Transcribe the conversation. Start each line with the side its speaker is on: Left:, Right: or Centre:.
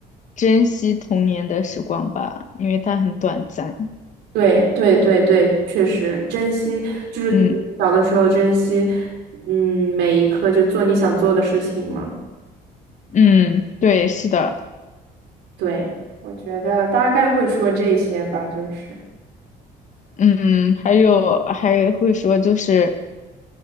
Left: 珍惜童年的时光吧，因为它很短暂。
Right: 对对对对，确实珍惜，就是小的时候珍惜，
Left: 嗯
Right: 嗯，每一刻就做你想做的事情嘛。
Left: 嗯，对，是的。
Right: 对，我觉得大概会说这些吧，就是
Left: 嗯，还有还会说就是，